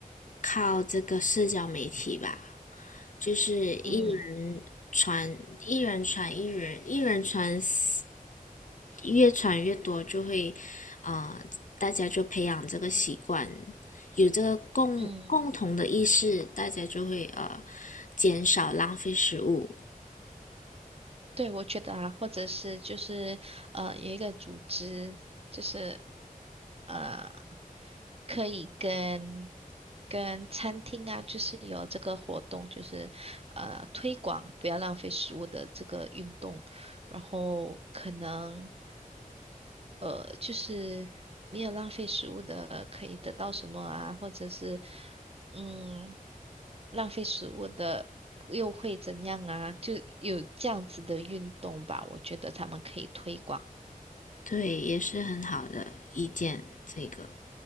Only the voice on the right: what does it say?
嗯
嗯，
对，我觉得啊，或者是就是呃，有一个组织，就是呃可以跟跟餐厅啊，就是有这个活动，就是呃推广不要浪费食物的这个运动，然后可能呃就是没有浪费食物的可以得到什么啊，或者是嗯浪费食物的又会怎样啊？就有这样子的运动吧，我觉得他们可以推广。